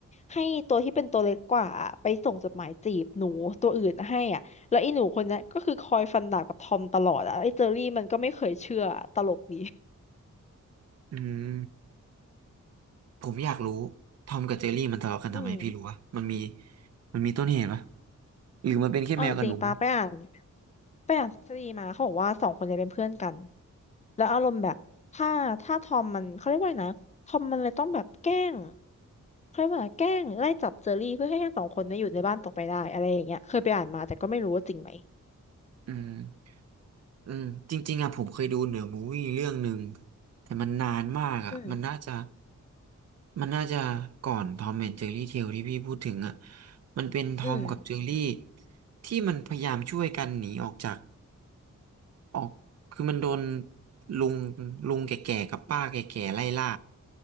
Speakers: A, on the left (about 25°); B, on the right (about 55°).
A: ให้ตัวที่เป็นตัวเล็กกว่าอะไปส่งจดหมายจีบหนูตัวอื่นให้อ่ะแล้วไอ้หนูคนเนี้ยก็คือคอยฟันดาบกับทอมตลอดอ่ะไอ้เจอรี่มันก็ไม่เคยเชื่อตลกดี
B: อืมผมอยากรู้ทอมกับเจอรี่มันทะเลาะกันทำไมพี่รู้วะมันมี
A: อืม
B: มันมีต้นเหตุปะหรือมันเป็นแค่แมวกับหนู
A: เอาจริงๆป้าไปอ่าน ไปอ่านทฤษฎีมาเขาบอกว่าสองคนเนี่ยเป็นเพื่อนกันแล้วอารมณ์แบบถ้าถ้าทอมมันเขาเรียกว่าไงนะทอมมันเลยต้องแบบแกล้งเขาเรียกว่าอะไรแกล้งไล่จับเจอรี่เพื่อให้ทั้งสองคนเนี่ยอยู่ในบ้านต่อไปได้อะไรอย่างเงี้ยเคยไปอ่านมาแต่ก็ไม่รู้ว่าจริงไหม
B: อืม อืมจริงๆอ่ะผมเคยดูเหนือมูวี่เรื่องหนึ่งแต่มันนานมากอ่ะมันน่าจะ
A: อืม
B: มันน่าจะก่อนทอมแอนด์เจอรี่เทลที่พี่พูดถึงอ่ะมันเป็นทอมกับเจอรี่
A: อืม
B: ที่มันพยายามช่วยกันหนีออกจาก ออกคือมันโดนลุงลุงแก่ๆกับป้าแก่ๆไล่ล่า